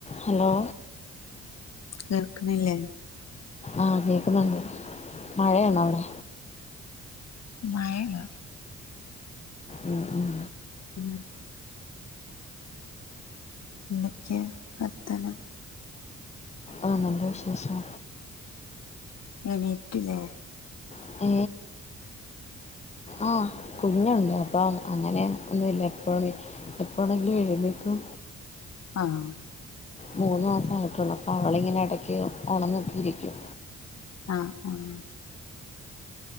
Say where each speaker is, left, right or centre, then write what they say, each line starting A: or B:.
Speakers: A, on the left; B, on the left.
A: Hello?
B: കേൾക്ക്ണില്ലേ?
A: ആഹ് കേക്കുന്നുണ്ട് മഴയാണോ അവടൊ.
B: മഴണ്ടോ?
A: ഉം ഉം
B: <inaudible> എന്തൊക്കെ വർത്താനം.
A: ആ നല്ല വിശേ ഷം.
B: <unintelligible> ലൊ
A: <unintelligible> ആഹ് കുഞ്ഞുണ്ട് അപ്പ അങ്ങനെ ഒന്നുല്ല ഇപ്പഴെ എപ്പോണെങ്കിലും എഴുന്നേക്കും
B: ആഹ്
A: മൂന്നു മാസായിട്ടുള്ളു അപ്പൊ അവളിങ്ങനെ ഇടക്ക് ഒണന്നൊക്കെ ഇരിക്കും
B: ആഹ് ആഹ്